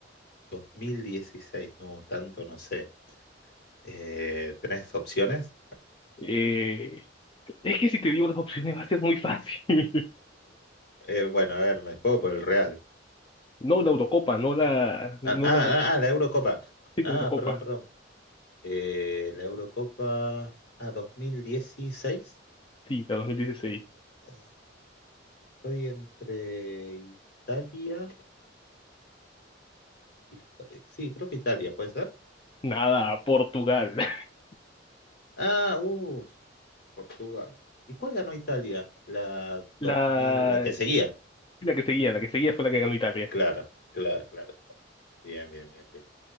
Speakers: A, on the left; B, on the left.
A: dos mil dieciséis, no, tanto no sé. Eh, ¿tenés opciones?
B: Eh, es que si te digo las opciones va a ser muy fácil. <laughs>
A: Eh, bueno, a ver, me juego por el Real.
B: No la Eurocopa, no la, no
A: Ah, ah,
B: la,
A: ah, la Eurocopa.
B: sí,
A: Ah,
B: la Eurocopa,
A: perdón, perdón. Eh, la Eurocopa. Ah, 2016.
B: sí, la 2016.
A: Eh, estoy entre Italia y... Fre- Sí, creo que Italia, ¿puede ser?
B: Nada, Portugal. <laughs>
A: Ah, uff. Portugal. ¿Y cuál ganó Italia? La
B: La,
A: 2000, la que seguía.
B: la que seguía, la que seguía fue la que ganó Italia.
A: Claro, claro, claro, claro. Bien, bien, bien, bien.